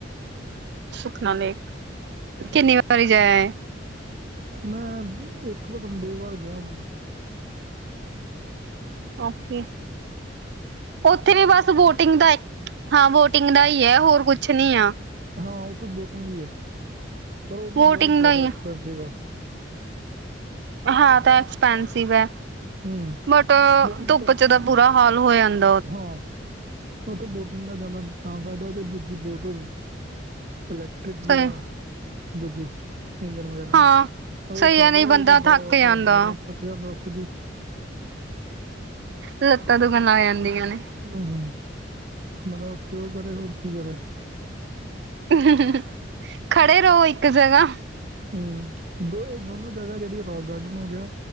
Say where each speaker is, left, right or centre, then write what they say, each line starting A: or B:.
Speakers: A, on the right; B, on the right.
A: ਸੁਖਨਾ ਲੇਖ ਕਿੰਨੀ ਵਾਰੀ ਜਾਆਏ।
B: ਮੈਂ ਇੱਕ ਵਨ ਦੋ ਵਾਰ ਗਿਆ ਹੋਵਾਂਗਾ
A: ਓਕੇ ਉੱਥੇ ਵੀ ਬਸ ਬੋਟਿੰਗ ਦਾ ਹਾਂ ਬੋਟਿੰਗ ਦਾ ਹੀ ਹੈ ਹੋਰ ਕੁਛ ਨੀ ਆ।
B: ਹਾਂ ਉਹ ਤਾਂ ਬੋਟਿੰਗ ਹੀ ਆ ਪਰ ਉਹ ਵੀ
A: ਵੋਟਿੰਗ
B: ਬਹੁਤ ਜਿਆਦਾ
A: ਦਾ ਹੀ
B: ਐਕਸਪੈਂਸਿਵ
A: ਹੈ
B: ਆ।
A: ਹਾਂ ਤਾਂ ਐਕਸਪੈਂਸਿਵ ਹੈ।
B: ਹੂੰ
A: ਬਟ
B: ਲੇਕਿਨ
A: ਧੁੱਪ
B: ਪਰ
A: 'ਚ- ਬੁਰਾ ਹਾਲ ਹੋ ਜਾਦਾ
B: ਹਾਂ- ਉਥੇ ਬੋਟਿੰਗ ਦਾ ਜਿਆਦਾ ਤਾਂ ਫ਼ਾਇਦਾ ਹੈ। ਜ ਦੂਜੀ ਬੋਟ ਹੋਵੇ ਇਲੈਕਟ੍ਰਿਕ
A: ਸਹੀ
B: ਜਾਂ ਦੂਜੇ ਇੰਜਨ ਵਗੈਰਾ ਆਲੀ
A: ਹਾਂ।
B: ਉਹ
A: ਸਹੀ
B: ਪੈਡਲਾਂ
A: ਹੈ ਨਹੀਂ ਬੰਦਾ
B: ਵਾਲੇ ਤਾਂ
A: ਥੱਕ
B: ਬਹੁਤ
A: ਜਾਂਦਾ
B: ਟੈਮ ਲੱਗਦਾ। ਥੱਕ ਜਾਂਦਾ ਉੱਥੇ ਵੀ।
A: ਲੱਤਾਂ ਦੁਕ ਣ ਲ ਗ ਆ ਜਾਂਦੀਆਂ ਨੇ।
B: ਹਾਂ ਹੋ- ਮਤਲਬ ਉਥੇ ਉਹ ਕਰੇ ਹੋਰ ਕੀ ਕਰੇ
A: ਹ ਖੜੇ ਰਹੋ ਇੱਕ ਜਗ੍ਹਾ।
B: ਹਮ ਦੋ ਇਹ ਦੋਨੋ ਜਗ੍ਹਾ ਜਿਹੜੀ ਰੋਕ ਗਾਰਡਨ ਹੋ ਗਿਆ